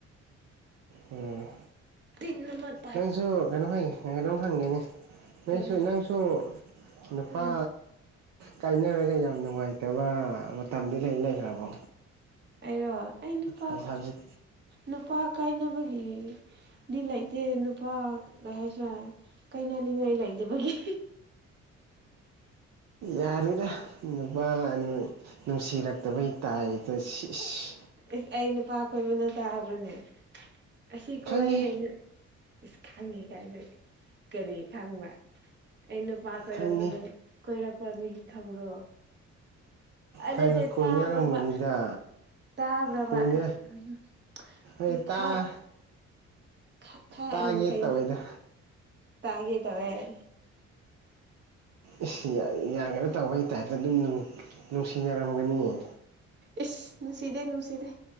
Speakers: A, on the right; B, on the right.
A: ꯑꯣ
B: ꯇꯤꯟ ꯅꯝꯃꯠ
A: ꯅꯪꯁꯨ ꯀꯩꯅꯣꯝ ꯍꯥꯏꯒꯦ ꯀꯩꯅꯣꯝ ꯍꯪꯒꯦꯅꯦ ꯅꯩꯁꯨ
B: ꯀꯩꯅꯣ
A: ꯅꯪꯁꯨ ꯅꯨꯄꯥ
B: ꯎꯝ
A: ꯀꯥꯏꯅꯔꯒ ꯌꯥꯝ ꯅꯨꯡꯉꯥꯏꯇꯕ ꯃꯇꯝꯗꯤ ꯂꯩ ꯂꯩꯈ꯭ꯔꯕꯣ
B: ꯑꯩꯔꯣ ꯑꯩ ꯅꯨꯄꯥ
A: ꯑꯁ ꯍꯧꯖꯤꯛ
B: ꯅꯨꯄꯥ ꯀꯥꯏꯅꯕꯒꯤ ꯗꯤ ꯂꯩꯇꯦ ꯅꯨꯄꯥ ꯀꯩ ꯍꯥꯏꯁꯤꯔꯥ ꯀꯥꯏꯅꯅꯤꯡꯉꯥꯏ ꯂꯩꯇꯕꯒꯤ
A: ꯌꯥꯔꯦꯗꯥ ꯅꯨꯄꯥ ꯅꯣꯏ ꯅꯨꯡꯁꯤꯔꯛꯇꯕꯩ ꯇꯥꯏꯗ ꯁꯤꯏꯁ
B: ꯏꯁ ꯑꯩ ꯅꯨꯄꯥ ꯀꯣꯏꯕ ꯅꯪ ꯇꯥꯕ꯭ꯔꯥꯅꯦ ꯑꯁꯤ ꯀꯣꯏꯌꯦ
A: ꯈꯪꯉꯤ
B: ꯑꯩꯅ ꯏꯁ ꯈꯪꯉꯤ ꯀꯥꯏꯅ ꯀꯔꯤ ꯈꯪꯕ ꯑꯩ ꯅꯨꯄꯥ ꯀꯣꯏꯔꯛꯄ꯭ꯔꯥ
A: ꯈꯪꯉꯤ
B: ꯅꯪ ꯀꯣꯏꯔꯛꯄꯥ ꯃꯤ ꯈꯪꯕ꯭ꯔꯣ ꯑꯥ
A: ꯈꯪꯉ
B: ꯅꯠꯇꯦ
A: ꯀꯣꯏꯅꯔꯝꯒꯅꯤꯗ
B: ꯇꯥꯕ꯭ꯔꯥꯕꯥ ꯇꯥꯕ꯭ꯔꯥꯕꯥ
A: ꯀꯣꯏꯅ
B: <unintelligible>
A: ꯍꯣꯏ ꯇꯥ
B: ꯈꯥ ꯈꯥꯏ
A: ꯇꯥꯒꯦ
B: ꯑꯪ ꯀꯩ
A: ꯇꯧꯋꯦꯗ
B: ꯇꯥꯒꯦ ꯇꯧꯋꯦ ꯑꯩ
A: ꯏꯁ ꯌꯥ ꯌꯥꯝ ꯀꯩꯅꯣ ꯇꯧꯕꯩ ꯇꯥꯏꯞꯇ ꯑꯗꯨꯝ ꯅꯨꯡ ꯅꯨꯡꯁꯤꯅꯔꯝꯒꯅꯤꯌꯦ
B: ꯏꯁ ꯅꯨꯡꯁꯤꯗꯦ ꯅꯨꯡꯁꯤꯗꯦ